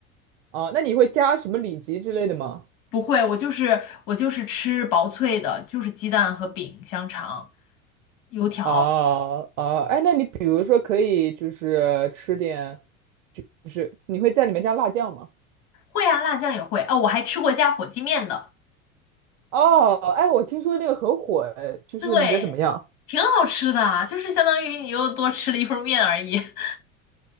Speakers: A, on the right (about 60°); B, on the left (about 50°).
A: 啊？那你会加什么里脊之类的吗？
B: 不会，我就是我就是吃薄脆的，就是鸡蛋和饼、香肠、油条。
A: 啊啊，哎，那你比如说可以就是吃点，就是你会在里面加辣酱吗？
B: 会啊，辣酱也会。哦，我还吃过加火鸡面的。
A: 哦，哎，我听说那个很火，哎，就是你觉得怎么样？
B: 对，挺好吃的啊就是相当于你又多吃了一份面而已。<laughs>